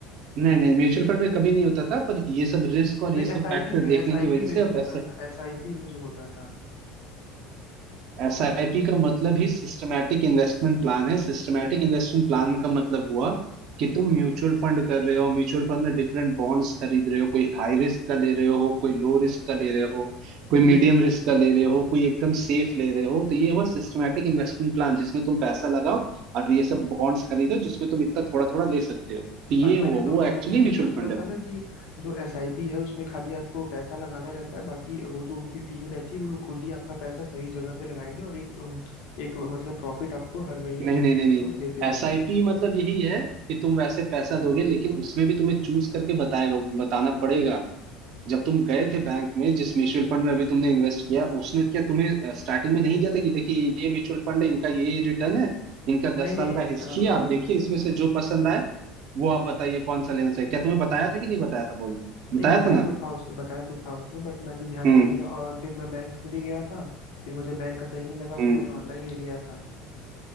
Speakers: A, on the right; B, on the left.
A: नहीं नहीं म्यूचुअल फंड में कभी नहीं होता था पर ये सब रिस्क और
B: नहीं
A: ये सब
B: एसआईपी
A: फैक्टर
B: में एसआईपी
A: देखने की वजह
B: में
A: से
B: जो
A: अब
B: होता
A: ऐसा
B: था एसआईपी में जो होता था
A: एसआईपी का मतलब ही सिस्टमैटिक इन्वेस्टमेंट प्लान है सिस्टमैटिक इन्वेस्टमेंट प्लान का मतलब हुआ कि तुम म्यूचुअल फंड कर रहे हो म्यूचुअल फंड में डिफरेंट बॉन्ड्स खरीद रहे हो कोई हाई रिस्क का ले रहे हो कोई लो रिस्क का ले रहे हो कोई
B: हम्म
A: मीडियम
B: हम्म हम्म
A: रिस्क का ले रहे हो कोई एकदम सेफ ले रहे हो तो ये हुआ सिस्टमैटिक इन्वेस्टमेंट प्लान जिसमें तुम पैसा लगाओ और ये सब बॉन्ड्स खरीदो जिसमें तुम इतना थोड़ा थोड़ा ले सकते हो तो ये
B: पर
A: हुआ
B: मैंने तो
A: वो एक्चुअली
B: अ, मैंने
A: म्यूचुअल
B: तो सुना
A: फंड है
B: था ना कि जो एसआईपी है उसमें खाली आपको पैसा लगाना रहता है बाकी वो जो उनकी टीम रहती है वो लोग खुद ही आपका पैसा सही जगह पे लगाएंगे और एक अम, एक मतलब प्रॉफिट आपको हर महीने
A: नहीं
B: जो
A: नहीं
B: भी
A: नहीं
B: रहेगा
A: नहीं
B: वो देते रहेंगे
A: एस आई पी मतलब यही है कि तुम वैसे पैसा दोगे लेकिन उसमें भी तुम्हें चूज करके बताएगा बताना पड़ेगा जब तुम गए थे बैंक में जिस म्यूचुअल फंड में अभी तुमने इन्वेस्ट किया उसने क्या तुम्हें स्टार्टिंग में नहीं दिया था कि देखिए ये ये म्यूचुअल फंड है इनका ये रिटर्न है इनका
B: नहीं
A: दस
B: नहीं
A: साल का हिस्ट्री
B: अ,
A: है आप देखिए इसमें से जो पसंद आए वो आप बताइए कौन सा लेना चाहिए क्या तुम्हें बताया था कि नहीं बताया था बोलो बताया
B: नहीं बताया
A: था ना
B: तो था उसने बताया तो था उसने बट मैंने ध्यान
A: हम्म
B: नहीं दिया और फिर मैं बैंक में भी गया था फिर मुझे बैंक का सही नहीं लगा तो
A: हम्म
B: मैंने ऑनलाइन ले लिया था